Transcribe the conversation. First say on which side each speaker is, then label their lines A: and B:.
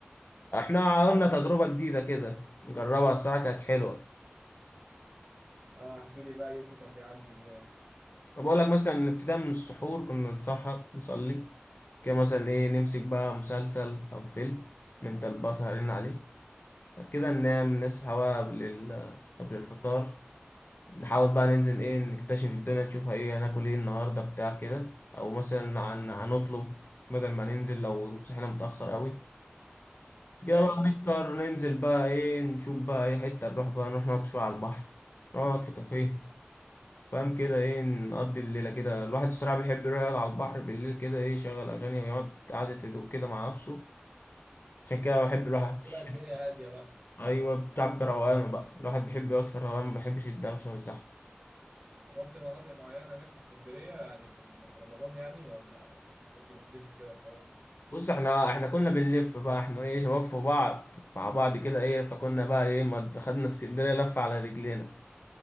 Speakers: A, on the left; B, on the right.
A: إحنا عملنا تجربة جديدة كده نجربها الصراحة كانت حلوة
B: اه احكي لي بقى يومكم كان بيعدي ازاي؟
A: فبقول لك مثلا ابتداء من السحور كنا نتسحر نصلي كده مثلا ايه نمسك بقى مسلسل او فيلم نفضل بقى سهرين عليه بعد كده ننام نصحى بقى قبل ال- قبل الفطار نحاول بقى ننزل ايه نكتشف الدنيا نشوفها ايه هناكل ايه النهارده بتاع كده او مثلا عن هنطلب بدل ما ننزل لو صحينا متأخر قوي بعد كده
B: ايوه
A: بقى
B: ايوه
A: نفطر ننزل بقى ايه نشوف بقى اي حتة نروح بقى نروح نقعد شوية على البحر نقعد في كافيه فاهم كده ايه نقضي الليله كده الواحد الصراحه بيحب يروح يقعد على البحر بالليل كده ايه يشغل اغاني ويقعد قعده هدوء كده مع نفسه عشان كده بحب الواحد في الشتاء
B: تبقى الدنيا هادية بقى
A: ايوه بتعب روقانه بقى الواحد بيحب يقعد في الروقان ما بيحبش الدوشه والزحمه
B: رحت مناطق معينة هناك في اسكندرية يعني في ال- في رمضان يعني ولا كنت بتلف كده وخلاص؟
A: بص احنا احنا كنا بنلف بقى احنا ايه شباب في بعض مع بعض كده ايه فكنا بقى ايه ما خدنا اسكندريه لفه على رجلينا